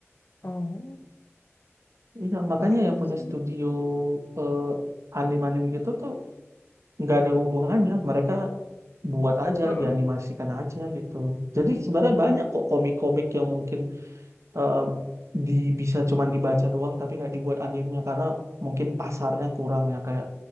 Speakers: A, on the left; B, on the right.
A: Oh,
B: Iya, makanya
A: baru tahu
B: yang punya
A: sih.
B: studio eh, anime-anime gitu tuh nggak ada hubungannya mereka buat aja
A: Heeh.
B: dianimasikan aja gitu jadi sebenarnya banyak kok komik-komik yang mungkin eh, di bisa cuman dibaca doang tapi nggak dibuat anime karena mungkin pasarnya kurang ya kayak